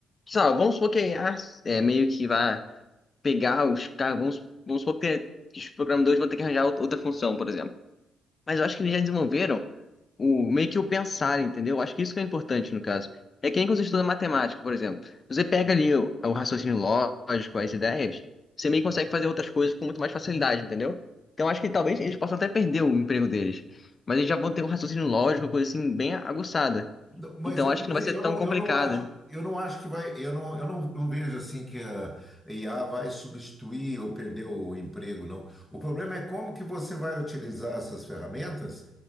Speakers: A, on the left; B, in the centre.
A: Sabe, vamos supor que a IA é meio que vai pegar os caras, vamos, vamos supor que os programadores vão ter que arranjar outra função, por exemplo. Mas eu acho que eles já desenvolveram o meio que o pensar, entendeu? Eu acho que isso que é importante no caso. É que nem quando você estuda matemática, por exemplo. Você pega ali o, o raciocínio lógico, as ideias, você meio que consegue fazer outras coisas com muito mais facilidade, entendeu? Então eu acho que talvez eles possam até perder o emprego deles. Mas eles já vão ter um raciocínio lógico, uma coisa assim, bem aguçada.
B: Não, Mas,
A: Então eu acho
B: mas
A: que não vai ser
B: eu
A: tão
B: não,
A: complicado.
B: eu não acho, eu não acho que vai, eu não, eu não, não vejo assim que a IA vai substituir ou perder o emprego, não. O problema é como que você vai utilizar essas ferramentas